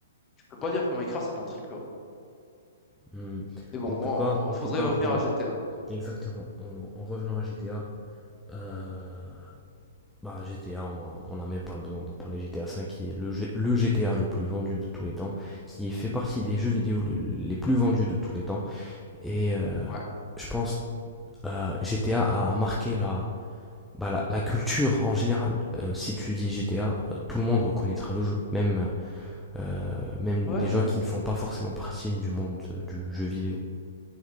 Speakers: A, on the left; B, in the centre.
A: Tu peux pas dire que Minecraft c'est pas un triple A.
B: Hmm.
A: Mais bon,
B: En tout
A: on,
B: cas,
A: on-
B: en
A: faudrait
B: tout cas,
A: revenir
B: en
A: à GTA.
B: exactement, en, en revenant à GTA, euh, Bah, GTA, on en- on n'a même pas besoin d'en parler. GTA 5 qui est le, G- le GTA le plus vendu de tous les temps, qui fait partie des jeux vidéo le- les plus vendus de tous les temps. Et euh,
A: Ouais.
B: je pense euh, GTA a a marqué la, bah, la, la culture en général. Euh, si tu dis GTA, euh, tout le monde reconnaîtra le jeu, même, euh, même
A: Ouais,
B: des
A: ouais,
B: gens
A: ouais.
B: qui ne font pas forcément partie du monde euh, du jeu vidéo.